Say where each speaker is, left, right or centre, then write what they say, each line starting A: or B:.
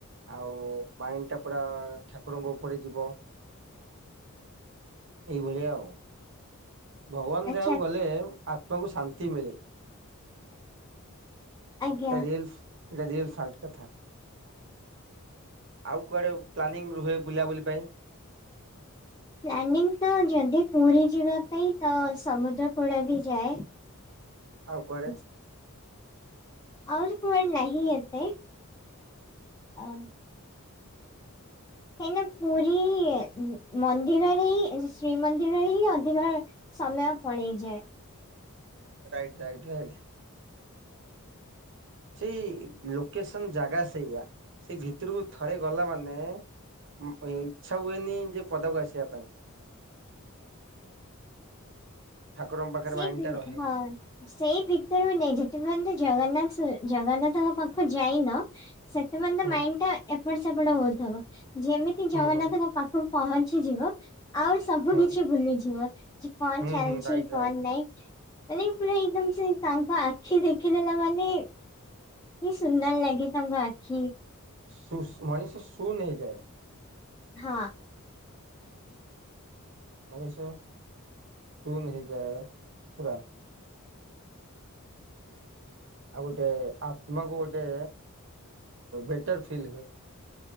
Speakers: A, on the right (about 60°); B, on the left (about 15°).
A: ଆଉ ମାଇଣ୍ଡ ଟା ପୁରା ଠାକୁରଙ୍କ ଉପରେ ଯିବ। ଏଇଭଳିଆ ଆଉ। ଭଗବାନ
B: ଆଚ୍ଛା
A: ଯାହାକୁ ଗଲେ ଆତ୍ମାକୁ ଶାନ୍ତି ମିଳେ।
B: ଆଜ୍ଞା
A: ରିଲସ ଏଟା ରିଲସ ସଲଟ କଥା। ଆଉ କୁଆଡେ ପ୍ଲାନିଂ ରୁହେ ବୁଲା ବୁଲି ପାଇଁ।
B: ପ୍ଲାନିଂ ତ ଯଦି ପୁରୀ ଯିବା ପାଇଁ ତ ସମୁଦ୍ରକୂଳ ବି ଯାଏ।
A: ଆଉ କୁଆଡେ
B: ଉଁହୁଁ। ଆହୁରି କୁଆଡେ ନାହିଁ ଏତେ ଅ ହେନେ ପୁରୀ ଇଏ ମନ୍ଦିରରେ ହିଁ ଶ୍ରୀମନ୍ଦିରରେ ହିଁ ଅଧିକ ସମୟ ପଳେଇଯାଏ।
A: Right right right. ସେଇ ଲୋକେସନ ଜାଗା ସେଇଆା ସେ ଭିତରକୁ ଥରେ ଗଲା ମାନେ ଉଁ ଇଚ୍ଛା ହୁଏନି ଯେ ପଦାକୁ ଆସିବା ପାଇଁ।। ଠାକୁରଙ୍କ ପାଖରେ
B: ସେଇ
A: ମାଇଣ୍ଡ
B: ଦିନ
A: ଟା ରହେ।
B: ହଁ। ସେଇ ଭିତରକୁ ନେଇ ଯେତେ ପର୍ଯ୍ୟନ୍ତ ଜଗନ୍ନାଥ ଜଗନ୍ନାଥଙ୍କ ପାଖକୁ ଯାଇନ। ସେତେପନ୍ତ
A: ହୁଁ
B: ମାଇଣ୍ଡ ଟା ଏପଟ ସେପଟ ହଉଥିବ ଯେମିତି
A: ହୁଁ
B: ଜଗନ୍ନାଥଙ୍କ
A: ହୁଁ
B: ପା ପହଞ୍ଚିଯିବ ଆଉ ସବୁ
A: ହୁଁ
B: କିଛି ଭୁଲିଯିବ କି କଣ
A: ହୁଁ
B: ଚାଲିଛି।
A: ହୁଁ ରାଇଟ୍
B: କଣ
A: ରାଇଟ୍।
B: ନାଇଁ ମାନେ ପୁରା ଏକଦମ ସେ ତାଙ୍କ ଆଖି ଦେଖିଦେଲା ମାନେ କି ସୁନ୍ଦର ଲାଗେ ତାଙ୍କ ଆଖି।
A: ସୁ ମଣିଷ ଶୂନ ହେଇଯାଏ।
B: ହଁ।
A: ମଣିଷ ଶୁନ୍ ହେଇଯାଏ ପୁରା। ଆଉ ଗୋଟେ ଆତ୍ମାକୁ ଗୋଟେ ବେଟର ଫିଲ୍ ହୁଏ।